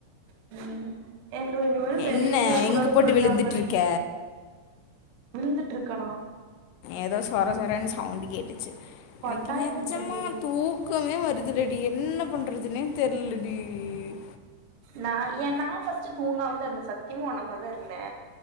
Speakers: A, on the right (about 75°); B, on the left (about 85°).
A: ம் எங்க இனிம வெளியே
B: என்ன
A: போ கூடாது
B: எங்கே போட்டு
A: சொல்ட்டாங்கடி
B: விழுந்துட்டு இருக்க
A: விழுந்துட்ருக்கானா
B: ஏதோ சொர சொரன்னு சவுண்டு கேட்டுச்சு எனக்கு
A: கொட்டாய்
B: நெஜ்ஜமா
A: விட்டேன்டி
B: தூக்கமே வருதுலடி என்ன பண்றதுனே தெரில ம் ம்
A: நா ஏ நா ஃபர்ஸ்ட்டு தூங்காமதா இருந்தே சத்தியமா உன்னமாரிதா இருந்தே